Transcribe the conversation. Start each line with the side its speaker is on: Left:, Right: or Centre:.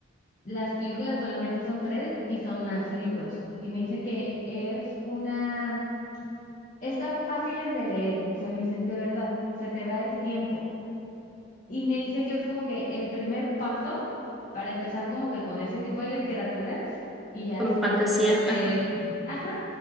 Left: las películas solamente son tres y son más libros. Y me dicen que es una... están fáciles de leer, o sea, me dicen, de verdad, se te va el tiempo. Y me dicen que es como que el primer paso para empezar como que con ese tipo de literaturas y ya
Centre: Como
Left: después
Centre: fantasía,
Left: poder leer,
Centre: ajá.
Left: ajá,